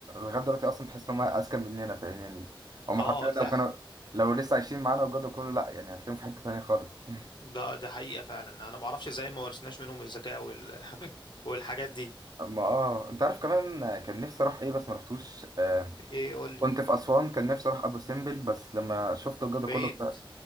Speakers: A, on the right (about 45°); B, on the left (about 60°).
A: لغاية دلوقتي اصلا تحس ان هم اذكى مننا فاهم يعني هم
B: اه
A: حرفيا
B: تلاقي
A: لو كانوا لو لسه عايشين معانا وجدوا كله لا يعني هتلاقيهم في حتة تانية خالص <laughs>
B: ده ده حقيقة فعلا انا ما اعرفش ازاي ما ورثناش منهم الذكاء وال... والحاجات دي
A: اما اه انت عارف كمان كان نفسي اروح ايه بس ما رحتوش آه.
B: ايه قول لي
A: كنت في اسوان كان نفسي اروح ابو سمبل بس لما شفت وجدوا
B: بعيد
A: كله بتاع-